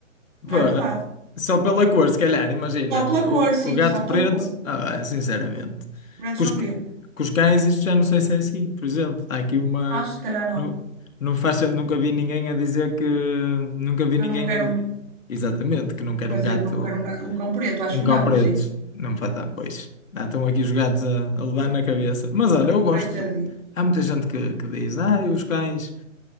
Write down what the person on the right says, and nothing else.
não
é verdade?
Só pela cor,
sim,
só pela
cor.
Pretos
não
queriam.
Ah, se calhar não,
que
eu não quero
um,
quer
dizer
que não quero um, ga- um cão preto, acho
que
não,
sim.
Coitadinho.